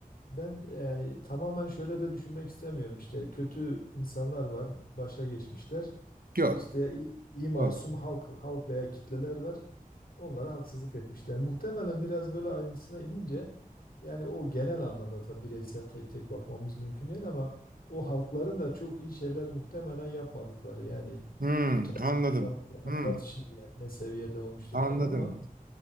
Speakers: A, on the left; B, on the right.
A: ben yani tamamen şöyle de düşünmek istemiyorum. İşte kötü insanlar var, başa geçmişler.
B: Yok.
A: İşte iyi iyi masum
B: Doğru.
A: halk halk veya kitleler var. Onlara haksızlık etmişler. Muhtemelen biraz böyle ayrıntısına inince yani o genel anlamda tabii bireysel tek tek bakmamız mümkün değil ama o halkların da çok iyi şeyler muhtemelen yapmadıkları yani
B: Hı.
A: bu tabii
B: Anladım.
A: zaman zaman
B: Hı.
A: tartışılır yani ne seviyede olmuştur
B: Anladım.
A: falan ama